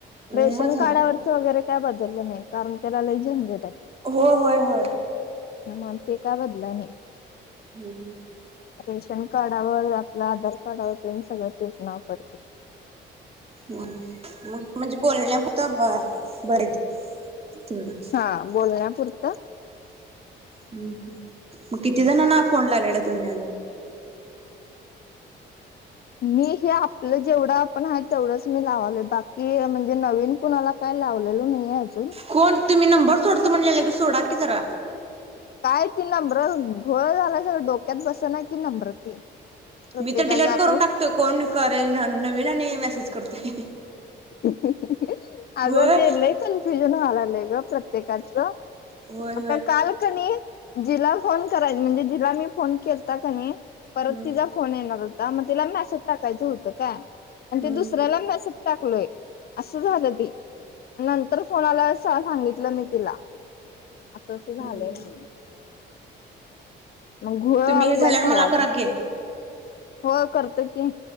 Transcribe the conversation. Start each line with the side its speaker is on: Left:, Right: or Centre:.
Right: मग
Left: रेशन
Right: झालं
Left: कार्डावरच वगैरे काय बदललं नाही,, कारण त्याला लई झंजट आय.
Right: हो होय होय.
Left: मग ते काय बदलाय नाय.
Right: हम्म हम्म.
Left: रेशन कार्डावर आपलं आधार कार्डवर तेन सगळं तेच नाव पडतय.
Right: हम्म, मग म्हणजे बोलण्या पुरतं बर त थडी
Left: हा, बोलण्या पुरतं
Right: हम्म, मग किती जणांना फोन लावलेला तुम्ही अजून.?
Left: मी हे आपलं जेवढं आपण आहे, तेवढंच मी लावालोय, बाकी म्हणजे नवीन कुणाला काय लावलेलो नाहीेये अजून.
Right: कोण, तुम्ही नंबर सोडतो म्हणलेलं की सोडा की जरा.
Left: काय ती नंबरं घोळ झालाय स डोक्यात बसना कि नंबरं ती. प्रत्येकाच
Right: मी तरं डिलेट
Left: आता
Right: करूंन टाकतोय कोणं करे नवीन आणि मेसेज करतोय
Left: हं हं हं अगं
Right: होय
Left: ते लंय ही कन्फ्युंजन झालं व्हायलंय गं प्रत्येकाचं
Right: होय
Left: आंता
Right: होय
Left: कांल कनी जिलां मी फोन करायचां म्हणजे जिलां केतां कनी परंत
Right: हम्म
Left: तिचां फोन येणारं होतां मगं तिलां मेसेज टाकायचं होतं कायं आणि
Right: हम्म
Left: ते दुसऱ्यांला मेसेज टाकलोय असं झालं ती नंतर फोन आंला मगं सांगितलं मी तिलां असं असं झालंय
Right: हम्म.
Left: म्हंणे मंग घोळं
Right: तुम्ही
Left: अलगंलायं
Right: हे झाल्यावर
Left: संग
Right: मला
Left: आं
Right: करा
Left: ते
Right: की
Left: हो करतं की